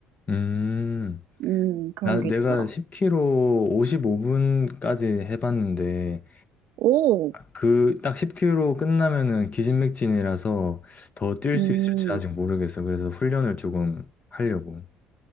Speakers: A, on the left; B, on the right.
A: 음.
B: 음, 그런
A: 나,
B: 게
A: 내가
B: 있더라.
A: 10km 55분까지 해봤는데,
B: 오,
A: 그, 딱 10km 끝나면은 기진맥진이라서 더 뛸
B: 음.
A: 수 있을지 아직 모르겠어. 그래서 훈련을 조금 하려고.